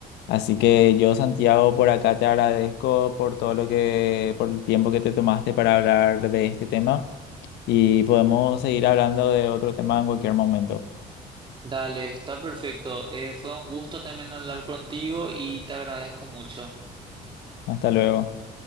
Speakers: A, on the left (about 85°); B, on the right (about 30°).
A: Así que yo, Santiago, por acá te agradezco por todo lo que, por el tiempo que te tomaste para hablar de este tema y podemos seguir hablando de otro tema en cualquier momento.
B: Dale, está perfecto. Eh, fue un gusto también hablar contigo y te agradezco mucho.
A: Hasta luego.